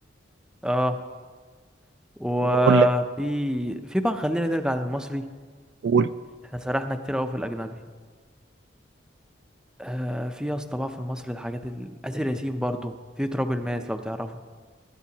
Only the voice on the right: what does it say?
واقول لك
قول